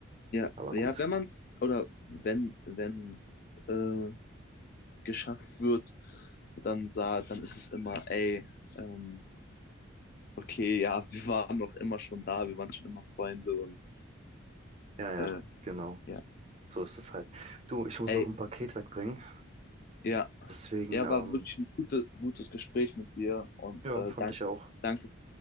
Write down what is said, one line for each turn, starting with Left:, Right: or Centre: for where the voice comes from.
Left: Ja,
Right: Aber
Left: ja,
Right: gut.
Left: wenn man, oder wenn, wenn es äh, geschafft wird, dann sah, dann ist es immer, ey, ähm, okay, ja, <laughs> wir waren doch immer schon da, wir waren schon immer Freunde und
Right: Ja, ja,
Left: äh,
Right: genau.
Left: ja,
Right: So ist es halt. Du, ich muss
Left: ey,
Right: noch ein Paket wegbringen.
Left: ja,
Right: Deswegen,
Left: ja,
Right: ähm,
Left: war wirklich ein gute, gutes Gespräch mit dir und
Right: ja,
Left: äh,
Right: fand
Left: danke,
Right: ich auch.
Left: danke,